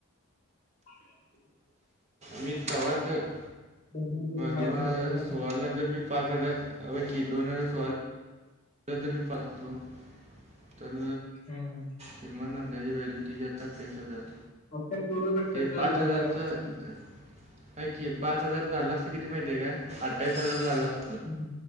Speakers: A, on the left; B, on the right.
A: <unintelligible>
B: मीथा वादक,
A: पण आपल्याला माहित
B: दोन
A: नव्हतं
B: हजार
A: रे
B: तुम्हाला जर मी पाच हजार ब की दोन हजार सोळा <unintelligible> मी फसतो तर
A: हम्म
B: किमान अंदाजे व्हॅलिटी आता तीस हजार
A: आता केवढं भेटलं
B: ते
A: असतं
B: पाच
A: बघ
B: हजारच
A: जरा
B: ऐक की पाच हजार झालं असतं किती माहितीय काय अठ्ठावीस हजार झाल अस
A: हम्म.